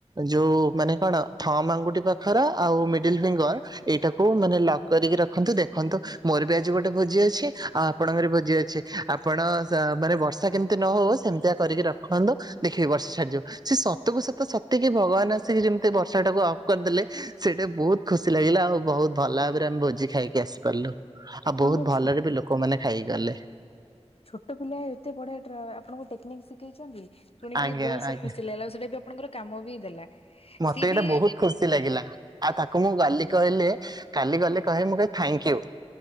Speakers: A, on the right; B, on the left.
A: ଯୋଉ ମାନେ କଣ ଥମ ଆଙ୍ଗୁଠି ପାଖର ଆଉ ମିଡିଲ ଫିଙ୍ଗର୍ ଏଇଟାକୁ ମାନେ ଲକ୍ କରିକି ରଖନ୍ତୁ ଦେଖନ୍ତୁ ମୋର ବି ଆଜି ଗୋଟେ ଭୋଜି ଅଛି ଆଉ ଆପଣଙ୍କର ଭୋଜି ଅଛି ଆପଣ ସ ମାନେ ବର୍ଷା କେମିତି ନହଉ ସେମିତିଆ କରିକି ରଖନ୍ତୁ ଦେଖିବେ ବର୍ଷା ଛାଡି ଯିବ। ସେ ସତକୁ ସତ ସତିକି ଭଗବାନ ଆସିକି ଯେମିତି ବର୍ଷା ଟାକୁ ଅଫ୍ କରିଦେଲେ ସେଇଟା ବହୁତ୍ ଖୁସି ଲାଗିଲା ଆଉ ବହୁତ ଭଲ ଭାବରେ ଆମେ ଭୋଜି ଖାଇକି ଆସି ପାରିଲୁ। ଆଉ
B: ଆପଣଙ୍କ
A: ବହୁତ ଭଲରେ
B: ଛୋ
A: ବି ଲୋକମାନେ ଖାଇ ଗଲେ।
B: ଛୋଟ ପିଲା ଏତେ ବଢିଆ ଟ୍ରା ଆପଣଙ୍କୁ ଟେକ୍ନିକ ଶିଖେଇଛନ୍ତି। ଶୁଣିକି
A: ଆଜ୍ଞା
B: ବହୁତ ସାର
A: ଆଜ୍ଞା
B: ଖୁସି ଲାଗିଲା ଆଉ ସେଇଟା ବି ଆପଣଙ୍କର କାମ ବି ଦେଲା।
A: ମତେ
B: ସିଏ ବି
A: ଏଇଟା ବହୁତ ଖୁସ ସି ଲାଗିଲା ଆଉ ତାକୁ ମୁଁ ଗାଲି କହିଲେ କାଲି ଗଲେ କହିବି ମୁଁ ଥାଙ୍କ ୟୁ।